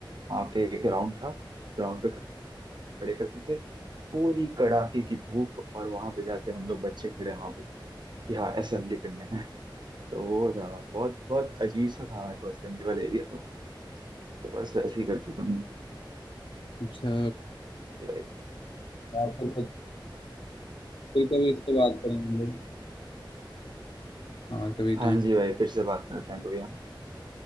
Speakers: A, on the right (about 60°); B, on the left (about 75°).
A: वहां पे एक ग्राउंड था ग्राउंड पे खड़े करते थे पूरी कड़ाके की धूप और वहां पे जाके हम लोग बच्चे खड़े हैं वहां पे कि हाँ असेंबली करने हैं <laughs> तो वो था बहुत बहुत अजीब सा था हमारे को असेंबली वाला एरिया तो तो बस वैसे ही करते थे हम
B: अच्छा
A: लोग
B: और फिर फिर कभी इस पे बात करेंगे हम लोग और कभी
A: हाँ जी भाई फिर से बात करते हैं कभी हम